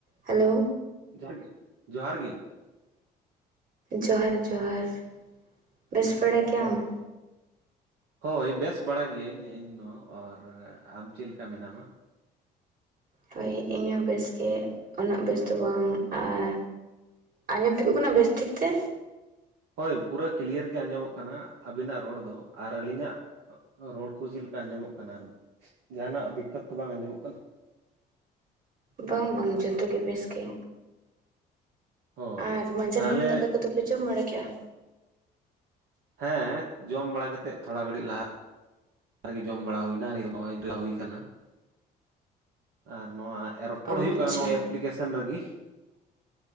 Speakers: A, on the right; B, on the right.
A: Hello
B: ᱡᱚᱦᱟᱨ ᱜᱤ ᱡᱚᱦᱟᱨ ᱜᱤ
A: ᱡᱚᱦᱟᱨ ᱡᱚᱦᱟᱨ ᱵᱮᱥ ᱵᱟᱲᱟ ᱜᱮᱭᱟᱢ?
B: ᱦᱳᱭ ᱦᱳᱭ ᱵᱮᱥ ᱵᱟᱲᱟ ᱜᱤᱭᱟᱹᱧ ᱤᱧᱫᱚ ᱟᱨ ᱟᱢ ᱪᱮᱫ ᱞᱮᱠᱟ ᱢᱮᱱᱟᱢᱟ?
A: ᱦᱳᱭ ᱤᱧ ᱦᱚᱸ ᱵᱮᱥ ᱜᱮ ᱩᱱᱟᱹᱜ ᱵᱮᱥ ᱫᱚ ᱵᱟᱝ ᱟᱨ ᱟᱸᱡᱚᱢ ᱴᱷᱤᱠᱚᱜ ᱠᱟᱱᱟ ᱵᱮᱥ ᱴᱷᱤᱠ ᱛᱮ
B: ᱦᱳᱭ ᱯᱩᱨᱟᱹ ᱠᱞᱤᱭᱟᱨ ᱜᱮ ᱟᱸᱡᱚᱢᱚᱜ ᱠᱟᱱᱟ ᱟᱹᱵᱤᱱᱟᱜ ᱨᱚᱲ ᱫᱚ ᱟᱨ ᱟᱹᱞᱤᱧᱟᱜ ᱨᱚᱲ ᱠᱩ ᱪᱮᱫ ᱞᱮᱠᱟ ᱟᱸᱡᱚᱢᱚᱜ ᱠᱟᱱᱟ ᱟᱨ ᱡᱟᱦᱱᱟᱜ ᱫᱤᱠᱠᱟᱹᱛ ᱵᱟᱝ ᱟᱸᱡᱚᱢᱚᱜ ᱠᱟᱱᱟ᱾
A: ᱵᱟᱝ ᱵᱟᱝ ᱡᱚᱛᱚ ᱜᱮ ᱵᱮᱥ ᱜᱮ
B: ᱦᱳᱭ
A: ᱟᱨ ᱢᱟᱸᱡᱟᱱ
B: ᱛᱟᱦᱚᱞᱮ
A: ᱫᱟᱠᱟ ᱠᱚᱫᱚᱯᱮ ᱡᱚᱢ ᱵᱟᱲᱟ ᱠᱮᱫᱼᱟ?
B: ᱦᱮᱸ ᱡᱚᱢ ᱵᱟᱲᱟ ᱠᱟᱛᱮᱫ ᱛᱷᱚᱲᱟ ᱜᱷᱟᱹᱲᱤᱡ ᱞᱟᱦᱟ ᱨᱮᱜᱮ ᱡᱚᱢ ᱵᱟᱲᱟ ᱦᱩᱭᱱᱟ ᱱᱤᱛ ᱫᱚ ᱱᱚᱜᱼᱚᱭ ᱡᱤᱨᱟᱹᱣ ᱦᱩᱭ ᱠᱟᱱᱟ ᱟᱨ ᱱᱚᱣᱟ ᱨᱚᱯᱚᱲ
A: ᱚ
B: ᱦᱩᱭᱩᱜ
A: ᱟᱪᱪᱷᱟ
B: ᱠᱟᱱᱟ ᱱᱚᱜᱼᱚᱭ ᱮᱯᱞᱤᱠᱮᱥᱚᱱ ᱨᱮᱜᱤ